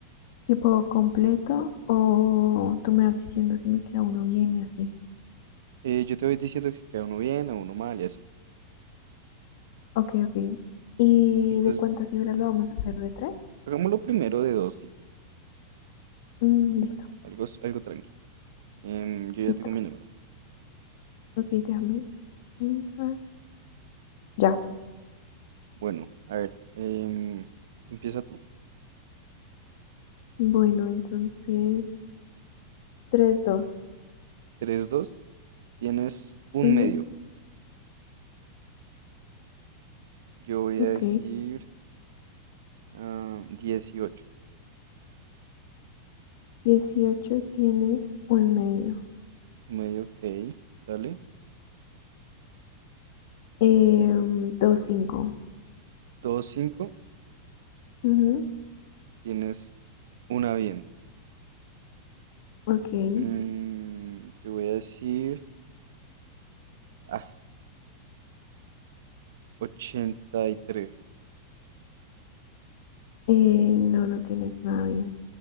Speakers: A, on the left; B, on the right.
A: tipo completo o tú me vas diciendo si me queda uno bien y así?
B: Eh, yo te voy diciendo si queda uno bien o uno mal y así.
A: Ok, ok. ¿Y
B: Entonces,
A: de cuántas libras lo vamos a hacer? ¿De tres?
B: hagámoslo primero de dos cifras.
A: Mm, listo,
B: Algo, algo tranqui. Em, yo ya
A: listo.
B: tengo mi número.
A: Ok, déjame pensar. Ya.
B: Bueno, a ver. em, empieza tú.
A: Bueno, entonces, tres, dos.
B: tres dos Tienes un
A: Ujú,
B: medio. Yo voy
A: Ok,
B: a decir ah, 18.
A: 18 tienes un medio.
B: Un medio, ok. Dale.
A: Eh, dos, cinco.
B: dos cinco
A: Ujú.
B: Tienes una bien.
A: Ok, eh,
B: Mm, yo voy a decir ah, ochenta y tres
A: no, no tienes nada bien.